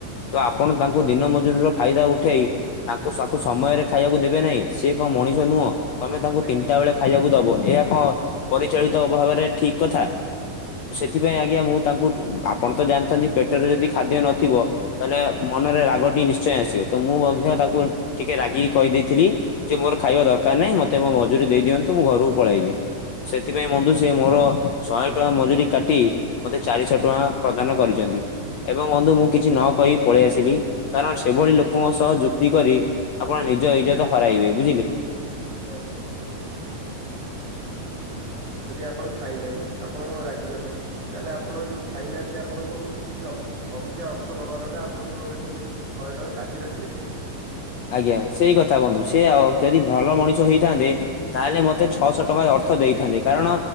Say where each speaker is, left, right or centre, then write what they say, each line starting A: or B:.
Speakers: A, on the left (about 65°); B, on the right (about 55°).
A: ତ ଆପଣ ତାଙ୍କୁ ଦିନ ମ ଜୁରି‌ର‌ ଫାଇଦା ଉଠେଇ, ତାଙ୍କୁ ତାଙ୍କୁ ସମୟରେ ଖାଇବାକୁ ଦେବେ ନାହିଁ ସେ କଣ ମଣିଷ ନୁହଁ? ତମେ ତାଙ୍କୁ
B: ଆଜ୍ଞା
A: ତିନିଟା ବେଳେ ଖାଇବାକୁ ଦବ, ଏହା କଣ ପରିଚାଳିତ ଭାବରେ ଠିକ କଥା। ତ ସେଥିପାଇଁ ଆଜ୍ଞା, ମୁଁ ତାଙ୍କୁ ଆପଣ ତ ଜାଣିଥାନ୍ତି ପେଟରେ ଯଦି ଖାଦ୍ୟ ନଥିବ ତାହେଲେ
B: ହୁଁ
A: ମନରେ ରାଗଟି ନିଶ୍ଚୟ ଆସିବ, ତ ମୁଁ ମଧ୍ୟ
B: ଆଜ୍ଞା
A: ତାକୁ ଟିକେ ରାଗିକି କହିଦେଇଥିଲି, ଯେ ମୋର ଖାଇବା ଦରକାର ନାହିଁ ମତେ ମୋ ମଜୁରୀ ଦେଇ ଦିଅନ୍ତୁ ମୁଁ ଘରକୁ ପଳେଇବି। ସେଥିପାଇଁ ବନ୍ଧୁ ସିଏ ମୋର ଶହେ ଟଙ୍କା ମ ଜୁରି‌ କାଟି ମତେ ଚାରିଶହ ଟଙ୍କା ପ୍ରଦାନ କରିଚନ୍ତି, ଏବଂ ବନ୍ଧୁ ମୁଁ କିଛି ନ କହି ପଳେଇ ଆସିଲି। କାରଣ ସେଭଳି ଲୋକଙ୍କ ସହ ଯୁକ୍ତି କରି ଆପଣ ନିଜ ଇଜ୍ଜତ ହରାଇବେ, ବୁ
B: <unintelligible> ଏଇ ଯଦି ଆପଣ ଖାଇଲେନି, ଆପଣ ରାଗିଗଲେ ତାହେଲେ ଆପଣ ଯୋଉ ଖାଇନାହାନ୍ତି ଆପଣଙ୍କୁ କିଛି ଅ ଅଧିକା ଅର୍ଥ ଦବା କଥା ଆପଣଙ୍କର ଏଠି ଶହେ ଟଙ୍କା କାଟିରଖିଲେ ସେ।
A: ଆଜ୍ଞା ସେଇ କଥା ବନ୍ଧୁ ସେ ଯଦି ଭଲ ମଣିଷ ହେଇଥାନ୍ତେ ତାହେଲେ
B: ଆଜ୍ଞା
A: ମୋତେ ଛଅଶହ ଟଙ୍କା ଅ ଅର୍ଥ ଦେଇଥାନ୍ତେ କାରଣ